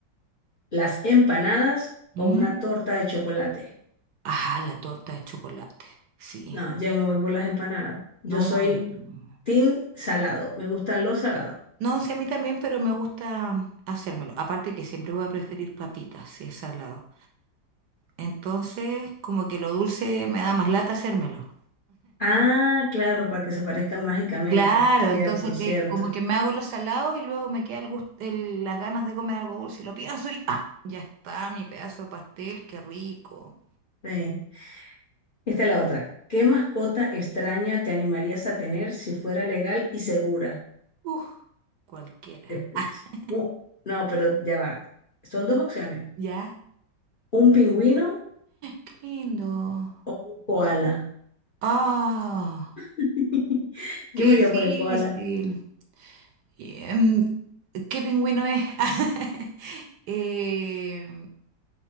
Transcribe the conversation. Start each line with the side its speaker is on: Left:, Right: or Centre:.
Left: ¿Las empanadas
Right: Mm.
Left: o una torta de chocolate?
Right: Ajá, la torta de chocolate. Sí.
Left: No, yo me voy por las empanadas. Yo
Right: No,
Left: soy
Right: no. No,
Left: team salado. Me gustan los salados.
Right: No, sí, a mí también, pero me gusta mm, hacérmelo. Aparte que siempre voy a preferir papitas si es salado. Entonces, como que lo dulce me da más lata hacérmelo.
Left: Ah, claro, para que se aparezcan mágicamente.
Right: Claro,
Left: Cierto,
Right: entonces
Left: cierto.
Right: que como que me hago lo salado y luego me queda el gust- el- las ganas de comer algo dulce y lo pienso y ¡ah! Ya está, mi pedazo de pastel, qué rico.
Left: Sí. Esta es la otra. ¿Qué mascota extraña te animarías a tener si fuera legal y segura?
Right: Uf, cualquiera.
Left: Es que-
Right: <laughs>
Left: Uh, no, pero ya va. Son dos opciones.
Right: ¿Ya?
Left: ¿Un pingüino
Right: Qué lindo.
Left: o un koala?
Right: ¡Ah!
Left: <laughs> Yo
Right: ¡Qué
Left: me iría
Right: difícil!
Left: por el koala.
Right: Y, em, ¿Qué pingüino es? <laughs> Eh,